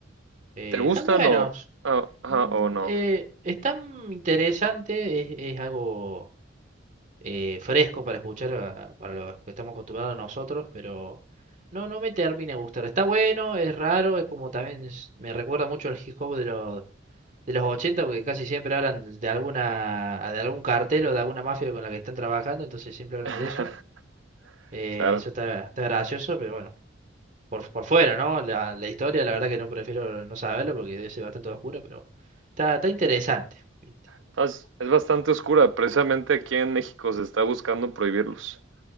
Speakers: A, on the right; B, on the right.
A: Eh,
B: ¿Te gustan
A: están buenos.
B: o, ah, ajá,
A: Mm,
B: o no?
A: eh, están interesantes, es, es algo. eh, fresco para escuchar a- para los que estamos acostumbrados nosotros, pero no, no me termina de gustar. Está bueno, es raro, es como también es- me recuerda mucho al hip hop de los, de los 80 porque casi siempre hablan de alguna, ah, de algún cartel o de alguna mafia con la que están trabajando, entonces siempre hablan
B: <laughs>
A: de eso. Eh,
B: Claro.
A: eso está, está gracioso, pero bueno, por, por fuera, ¿no? La, la historia, la verdad que no prefiero no saberlo porque debe ser bastante oscura, pero está, está interesante, ¿viste?
B: Entonces, es bastante oscura, precisamente aquí en México se está buscando prohibirlos.